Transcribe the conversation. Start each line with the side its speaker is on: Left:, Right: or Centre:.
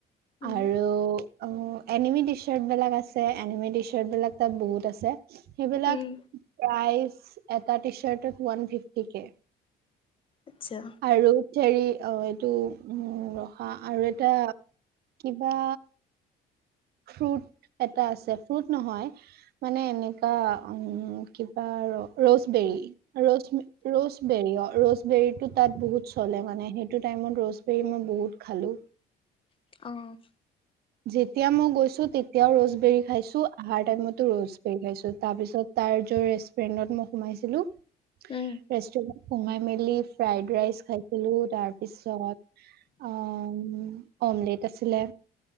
Left: উম
Right: আৰু অ', এনিমি টিশ্বৰ্ট বিলাক আছে, এনিমি টিশ্বৰ্ট বিলাক তাত বহুত আছে। সেইবিলাক,
Left: উম
Right: প্ৰাইচ এটা টি চাৰ্টত, ওৱান ফিফতি কে।
Left: আচ্ছা।
Right: আৰু হেৰি অ', এইটো উ, ৰখা, আৰু এটা কিবা ফ্ৰুট এটা আছে, ফ্ৰুট নহয়, মানে এনেকা, উম <unintelligible> ৰ'চবেৰী। ৰ-ৰৌছবেৰী অ', ৰৌচবেৰীতটো তাত বহুত চলে মানে, সেইটো টাইমত ৰৌচ বেৰী, মই বহুত খালোঁ।
Left: অ'।
Right: যেতিয়া মই গৈছোঁ, তেতিয়াও ৰৌচবেৰি খাইছোঁ, আহাৰ টাইমতো ৰৌচবেৰি খাইছোঁ, তাৰপিছত তাৰ, যৰ ৰেষ্টুৰেন্টত মই সোমাইছিলোঁ।
Left: উম।
Right: ৰেষ্টুৰেণ্ট সোমাই মেলি, ফ্ৰাইড ৰাইচ খাইছিলো, তাৰ পিছত আ', অমলেট আছিলে।